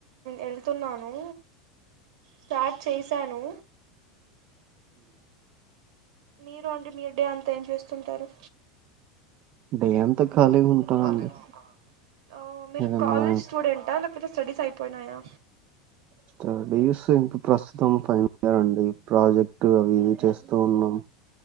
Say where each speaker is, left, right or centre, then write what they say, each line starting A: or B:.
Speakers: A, on the right; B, on the right.
A: వెళ్తున్నాను స్టార్ట్ చేశాను మీరు అండి మీరు డే అంత ఏం చేస్తుంటారు
B: డే అంతా ఖాళీగా
A: రోజంత్
B: ఉంటామండి
A: కాలేజీకీ పోత ఓహ్ మీరు
B: ఏదన్నా
A: కాలేజీ స్టూడెంటా లేకపోతే స్టడీస్ అయిపోయినాయా
B: స్టడీస్ ఇంకా ప్రస్తుతం ఫైనల్ ఇయర్ అండి ప్రాజెక్ట్ అవి చేస్తూ ఉన్నాం